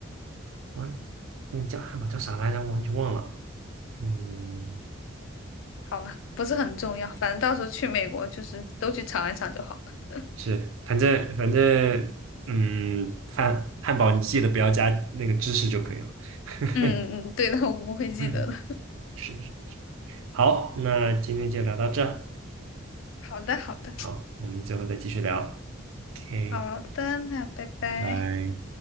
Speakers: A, on the right; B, on the left.
A: 完，那个叫汉堡叫啥来着？我完全忘了。嗯，
B: 好了，不是很重要，反正到时候去美国就是都去尝一尝就好了。<laughs>
A: 是，反正反正，嗯，汉汉堡你记得不要加那个芝士就可以了。<laughs>
B: 嗯嗯嗯，对的，我不会记得的。
A: 嗯，是是。好，那今天就聊到这儿
B: 好的，好的，
A: 好，我们最后再继续聊。OK。
B: 好的，那拜拜。
A: 拜。